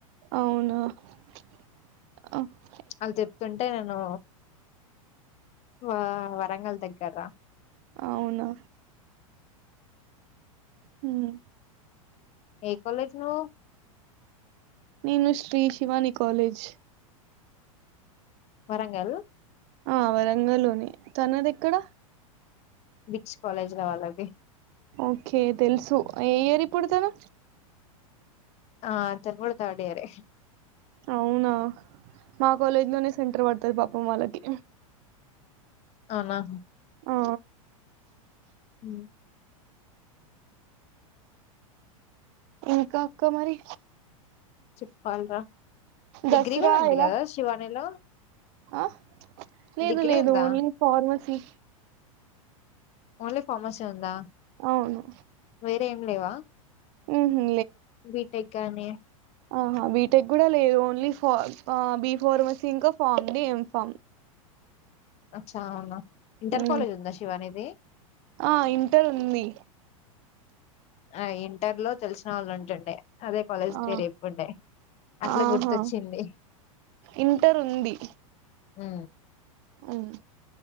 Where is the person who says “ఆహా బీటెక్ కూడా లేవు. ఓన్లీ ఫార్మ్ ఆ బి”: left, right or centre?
Right